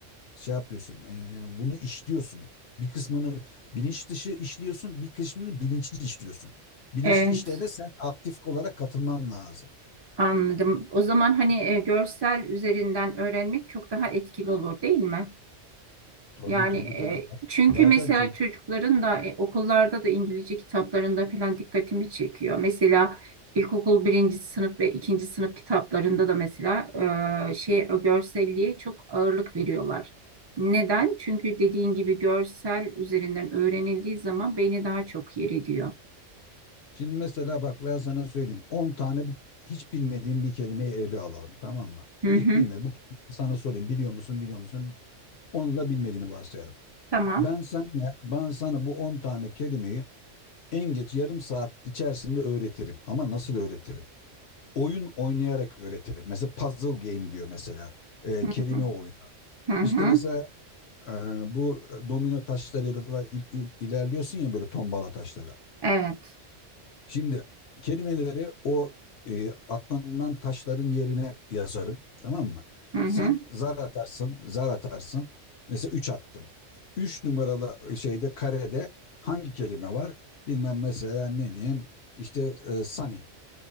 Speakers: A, on the left (about 60°); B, on the right (about 30°).
A: şey yapıyorsun, e, bunu işliyorsun. Bir kısmını bilinç dışı işliyorsun, bir kısmını bilinçli işliyorsun. Bilinçli
B: Evet,
A: işlerde de sen aktif olarak katılman lazım.
B: anladım. O zaman hani e, görsel üzerinden öğrenmek çok daha etkili olur değil mi?
A: Tabii
B: Yani
A: tabii
B: e,
A: tabii.
B: çünkü
A: Zaten
B: mesela
A: çok.
B: çocukların da e, okullarda da İngilizce kitaplarında falan dikkatimi çekiyor. Mesela ilkokul birinci sınıf ve ikinci sınıf kitaplarında da mesela e, şey o görselliğe çok ağırlık veriyorlar. Neden? Çünkü dediğin gibi görsel üzerinden öğrenildiği zaman beyni daha çok yer ediyor.
A: Şimdi mesela bak ben sana söyleyeyim. on tane bir, hiç bilmediğim bir kelimeyi ele alalım tamam mı?
B: Hı
A: Hiç
B: hı.
A: bilmedi. Bu kelimeyi sana sorayım. Biliyor musun, biliyor musun? Onun da bilmediğini varsayalım.
B: Tamam.
A: Ben sana, ben sana bu 10 tane kelimeyi en geç yarım saat içerisinde öğretirim. Ama nasıl öğretirim? oyun oynayarak öğretirim. Mesela puzzle game diyor mesela. E,
B: Hı
A: kelime
B: hı.
A: oyunu.
B: Hı
A: İşte
B: hı.
A: mesela e, bu domino taşlarıyla il- il- ilerliyorsun ya böyle tombala taşları.
B: Evet.
A: Şimdi kelimeleri o e, atlanılan taşların yerine yazarım. Tamam mı?
B: Hı hı.
A: Sen zar atarsın, zar atarsın. Mesela 3 attın. 3 numaralı şeyde karede hangi kelime var? Bilmem mesela ne diyeyim? İşte e, sunny.